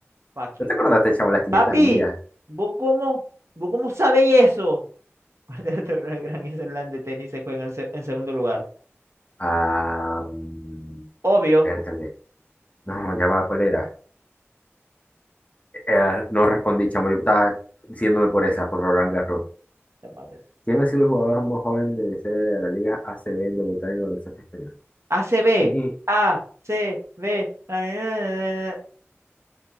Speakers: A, on the right; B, on the left.
A: Fuck you.
B: ¿No te acordaste, chavo, las 500
A: Papi,
B: millas?
A: ¿vos cómo, vos cómo sabéis eso? <laughs> Cuando El torneo de Gran Island de tenis se juega en, el se- en segundo lugar.
B: Ah, mm,
A: Obvio.
B: viértale. No, ya va, ¿cuál era? Eh, ah, no respondí, chamo, yo estaba diciéndome por esa, por Roland Garros.
A: Demonios.
B: ¿Quién ha sido el jugador más joven de la historia de la Liga ACB en debutar en el baloncesto español?
A: A C B
B: Ni
A: A, C, B. <laughs> ah, eh,